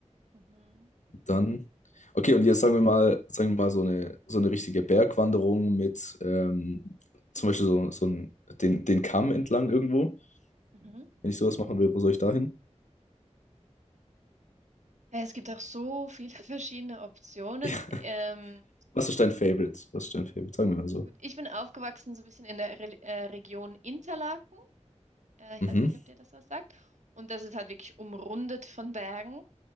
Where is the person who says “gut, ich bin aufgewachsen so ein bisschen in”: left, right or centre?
Right